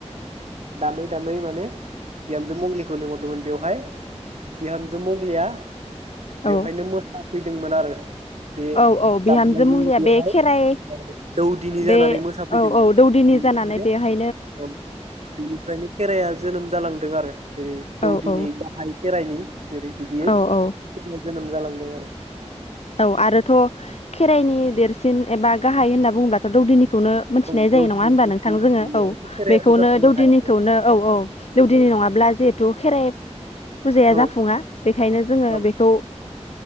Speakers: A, on the right; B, on the left.
A: दामै दामै माने बिहामजो मंलिखौ लिंहरदोंमोन बेवहाय बिहामजो मंग्लिया बेवहायनो
B: औ
A: मोसा फैदोंमोन आरो बे
B: औ औ
A: दामनायजोंनो
B: बिहामजो मुंलिया
A: बेवहाय
B: बे खेराइ
A: दौदिनि जानानै
B: बे
A: मोसाफैदों
B: औ औ दौदिनि
A: बेनिफ्रायनो
B: जानानै बेहाय
A: औ बेनिफ्रायनो खेराइआ जोनोम जालांदों आरो जेरै दौदिनि
B: औ औ
A: गाहाय खेराइनि जेरै बिदियै खेराइया
B: औ औ
A: जोनोम जालांदों! <unintelligible>
B: औ आरोथ खेराइनि देरसि सिन एबा गाहाय होनोब्लाथ दौदिनि खौनो
A: आरो
B: मोनथिनाय
A: औ दौदिनि
B: जायो नङा होनबा नोंथां जोङो औ
A: खेराइाबो
B: बेखौनो
A: जाफुंनो
B: दौदिनिखौनो
A: हाया नालाय
B: औ औ दौदिनि
A: औ
B: नङाब्ला जिहेथु खेराइ फुजाया
A: औ
B: जाफुङा बेखायनो जोङो
A: औ
B: बेखौ